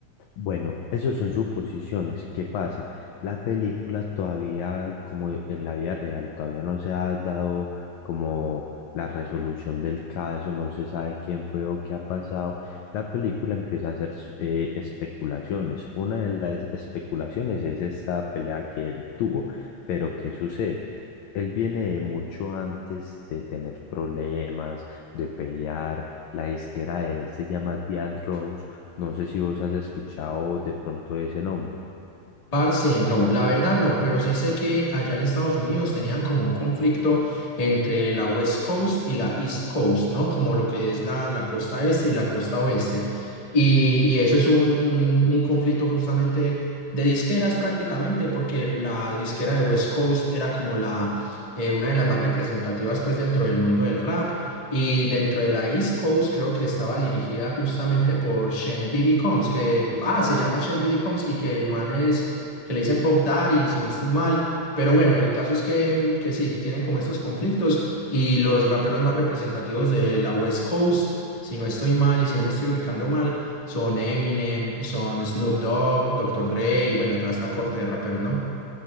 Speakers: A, on the left; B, on the left.
A: Bueno, eso son suposiciones. ¿Qué pasa? La película todavía, como en la vida real, todavía no se ha dado como la resolución del caso, no se sabe quién fue o qué ha pasado. La película empieza a hacer eh, especulaciones. Una de las especulaciones es esa pelea que él tuvo. Pero ¿qué sucede? Él viene de mucho antes de tener problemas, de pelear. La disquera de él se llama Dead Rose no sé si vos has escuchado de pronto ese nombre.
B: Parce, no, la verdad no, pero sí sé que allá en Estados Unidos tenían como un conflicto entre la West Coast y la East Coast, ¿no? Como lo que es la, la costa este y la costa oeste. Y, y eso es un, un- un conflicto justamente de disqueras prácticamente, porque la disquera de West Coast era como la, eh, una de las más representativas pues dentro del mundo del rap. Y dentro de la East Coast creo que estaba dirigida justamente por Shen Diddy Combs, que, ah, se llama Shen Diddy Combs y que el man es que le dicen Pop Daddy, si no estoy mal. Pero bueno, el caso es que, mm, que sí, que tienen como estos conflictos y los raperos más representativos de la West Coast, si no estoy mal y si no me estoy ubicando mal, son Eminem, son Snoop Dogg, doctor Dre y bueno, toda esta corte de raperos, ¿no?